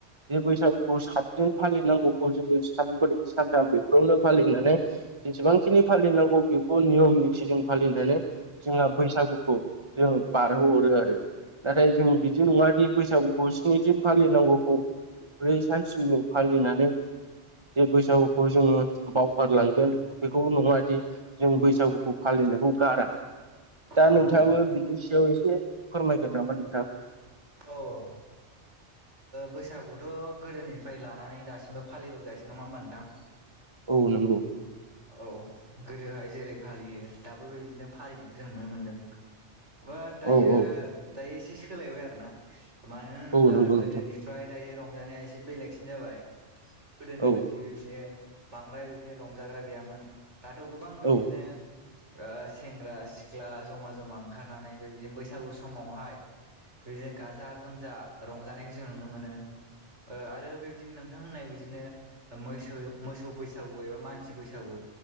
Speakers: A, on the right (about 25°); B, on the right (about 85°).
A: जे बैसागुु सातदिन फालिनांगौखौ जोङो सानब्रै सानथाम बेफोरावनो फालिनानै जेसेबांखिनि फालिनांगौ बेखौ नियम निथि जों फालिनानै जोंहा बैसागुखौ जों बारहोहरो आरो नाथाय जों बिदि नङा बैसागुखौ स्नि दिन फालिनांगौखौ ब्रै सानसिल' फालिनानै जे बैसागुखौ जोङो बावगारलांगोन बेखौल' नङा दि जों बैसागुखौ फालिनायखौ गारा दा
B: औ
A: नोंथाङाबो बिनि सायाव एसे फोरमायगोन नामा नोंथां
B: अ ओ बैसागुथ' गोदोनिफ्राय लानानै दासिमबो फालिबोगासिनो नङा होनबा नोंथां
A: औ नंगौ
B: औ गोदोहाय जेरै फालियो दाबो बेबायदिनो फालिनायखौ जों नुनो मोनदों बाद दायो
A: औ औ
B: दायो एसे सोलायबाय आरोना मानो होनोब्ला
A: औ नंगौ
B: गोदोनिफ्राय
A: नोंथां
B: दायो रंजानाया एसे बेलेगसिन जाबाय गोदोनि
A: औ
B: बायदि बेबायदिनो बांद्राय बेबायदिनो रंजाग्रा गैयामोन दाथ' गोबांबो
A: औ
B: बिदिनो ओ सेंग्रा सिख्ला जमा जमा ओंखारनानै बेबायदिनो बैसागु समावहाय बिदिनो गाजा गोमजा रंजानायखौ जों नुनो मोनो ओ आरो बेबायदिनो नोंथां होननाय बिदिनो मोसौ मोसौ बैसागु एबा मानसि सि बैसागु